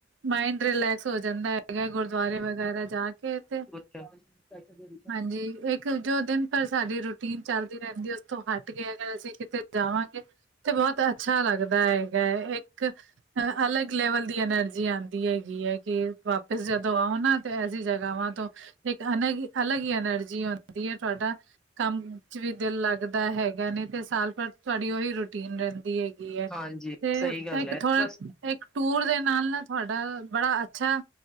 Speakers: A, on the right; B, in the centre.
A: ਮਾਇੰਡ ਰਿਲੈਕਸ ਹੋ ਜਾਂਦਾ। ਹੈਗਾ ਗੁਰਦੁਆਰੇ ਵਗੈਰਾ ਜਾ ਕੇ ਇੱਥੇ
B: ਕਿਆ ਸਪੈਸਗਰੀ।
A: ਹਾਂਜੀ ਇੱਕ ਜੋ ਦਿਨ ਪਰ ਸਾਡੀ ਰੂਟੀਨ ਚੱਲਦੀ ਰਹਿੰਦੀ ਉਸ ਤੋਂ ਹਟ ਕੇ ਅਗਰ ਅਸੀਂ ਕਿਤੇ ਜਾਵਾਂਗੇ ਤੇ ਬਹੁਤ ਅੱਛਾ ਲੱਗਦਾ ਹੈਗਾ ਹੈ। ਇੱਕ ਅਲੱਗ ਲੈਵਲ ਦੀ ਐਨਰਜੀ ਆਂਦੀ ਹੈਗੀ ਹੈ ਕਿ ਵਾਪਿਸ ਜਦੋਂ ਆਓ ਨਾ ਐਸੀ ਜਗ੍ਹਾਵਾਂ ਤੋਂ ਇੱਕ ਅਲੱਗ ਅਲੱਗ ਹੀ ਐਨਰਜੀ ਹੁੰਦੀ ਏ। ਤੁਹਾਡਾ ਕੰਮ 'ਚ ਵੀ ਦਿਲ ਲੱਗਦਾ ਹੈਗਾ, ਨਹੀਂ ਤੇ ਸਾਲ ਭਰ ਤੁਹਾਡੀ ਉਹੀ ਰੂਟੀਨ ਰਹਿੰਦੀ ਹੈਗੀ ਐ।
B: ਹਾਂਜੀ
A: ਤੇ
B: ਸਹੀ ਗੱਲ
A: ਇੱਕ
B: ਹੈ
A: ਖ
B: ਬਸ
A: ਇੱਕ ਟੂਰ ਦੇ ਨਾਲ ਨਾਲ ਤੁਹਾਡਾ ਬੜਾ ਅੱਛਾ